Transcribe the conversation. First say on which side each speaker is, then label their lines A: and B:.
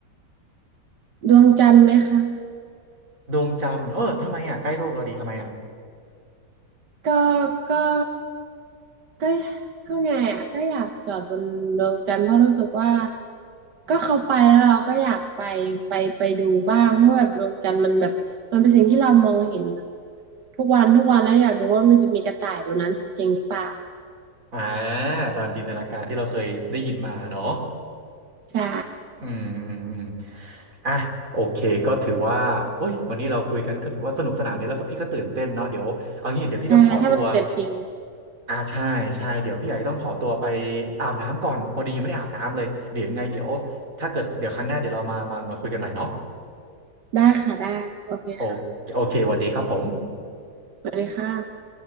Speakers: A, on the right; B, on the right.
A: ดวงจันทร์ไหมคะ
B: ดวงจันทร์เออทำไมอ่ะใกล้โลกเราดีทำไมอ่ะ
A: ก็ก็ก็ก็ไงอ่ะก็อยากจอดบนดวงจันทร์เพราะรู้สึกว่าก็เขาไปแล้วเราก็อยากไปไปไปดูบ้างเพราะแบบดวงจันทร์มันแบบมันเป็นสิ่งที่เรามองเห็นแบบทุกวันทุกวันแล้วอยากดูว่ามันจะมีกระต่ายบนนั้นจริงๆหรือเปล่า
B: อ่าตามจินตนาการที่เราเคยได้ยินมาเนาะ
A: ใช่
B: อืมอืมอืมอ่ะโอเคก็ถือว่าโอ้ยวันนี้เราคุยกันก็ถือว่าสนุกสนานดีแล้วก็พี่ก็ตื่นเต้นเนาะเดี๋ยวเอางี้เดี๋ยวพี่ต้องขอตัว
A: ใช่ถ้ามันเกิดจริง
B: อ่าใช่ใช่เดี๋ยวพี่ใหญ่ต้องขอตัวไปอาบน้ำก่อนพอดียังไม่ได้อาบน้ำเลยเดี๋ยวยังไงเดี๋ยวถ้าเกิดเดี๋ยวครั้งหน้าเดี๋ยวเรามามามาคุยกันใหม่เนาะ
A: ได้ค่ะได้โอเคค่ะ
B: โอโอเคสวัสดีครับผม
A: สวัสดีค่ะ